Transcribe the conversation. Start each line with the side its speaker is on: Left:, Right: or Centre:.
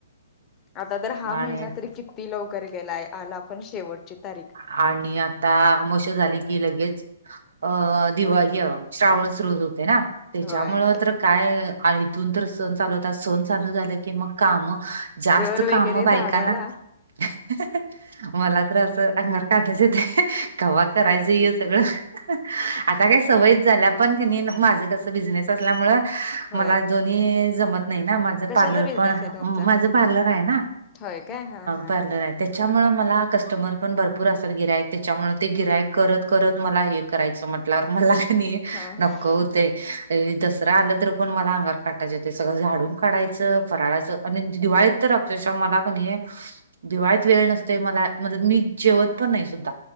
Left: आता तर हा
Right: आणि
Left: महिना तरी कि किती लवकर गेलाय आला आपण शेवटची तारीख
Right: आणि आता आमोशा झाली की लगेच अ दिवाळी श्रावण सुरु होतोय ना? त्याच्यामुळ
Left: होय
Right: तर काय आळीतून तर सण चालू होतात सण चालू झाले की मग काम जास्त
Left: घर
Right: काम
Left: वगैरे
Right: बायकांना
Left: झाडायला
Right: हा हा हा मला तर अस अंगावर काटाचं येतोय कव्हा करायचं हे सगळं. आता काय सवयच झाल्या. पण कनी माझं कस बिझनेस असल्यामुळे
Left: होय
Right: मला दोन्ही जमत नाही ना म्हण
Left: कशाचा
Right: पार्लर
Left: बिझनेस
Right: पण
Left: आहे तुमचा
Right: माझ पार्लर आहे ना
Left: होय काय हा हा
Right: पार्लर आहे. त्याच्यामुळे मला कस्टमर पण भरपूर असतात गिरायक त्याच्यामुळे ते गिरायक करत करत मला हे करायचं म्हटलंवर मला कणी
Left: हा
Right: नको
Left: हा
Right: होतेय दसरा आला तर पण मला अंगार काटा त्याच्या ते सगळं झाडून काढायचं फराळायचं आणि दिवाळीत तर अक्षरशा मला कणी दिवाळीत वेळ नसतोय मला म्हाणून मी जेवत पण नाही सुद्धा.